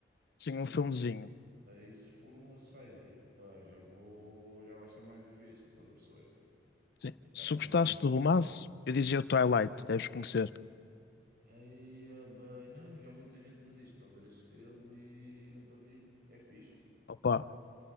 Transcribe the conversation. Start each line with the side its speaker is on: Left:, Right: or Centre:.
Right: Que
Left: sim,
Right: se for,
Left: um filmezinho.
Right: aí, se for uma série, pá, já vou, já vai ser mais difícil, estás a perceber?
Left: Sim.
Right: Já
Left: Se
Right: vou
Left: gostaste
Right: me desconcentrar.
Left: de romance, eu dizia o Twilight, deves conhecer.
Right: Aí, ah, bem, não, já muita gente me disse para ver esse filme e eu nunca vi. É fixe?
Left: Opa,